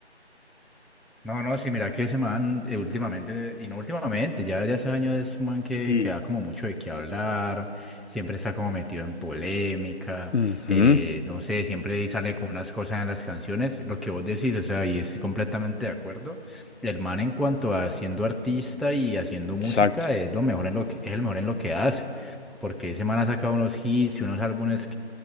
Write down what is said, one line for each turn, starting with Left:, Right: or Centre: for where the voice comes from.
Centre: No, no, sí, mira que ese man eh, últimamente, y no últimamente, ya desde hace años es un man que,
Left: Sí.
Centre: que da como mucho de qué hablar, siempre está como metido en polémica,
Left: Ujú,
Centre: eh, no sé, siempre sale con unas cosas en las canciones, lo que vos decís, o sea, y estoy completamente de acuerdo. El man en cuanto a siendo artista y haciendo música
Left: exacto.
Centre: es lo mejor en lo que, es el mejor en lo que hace, porque ese man ha sacado unos hits y unos álbumes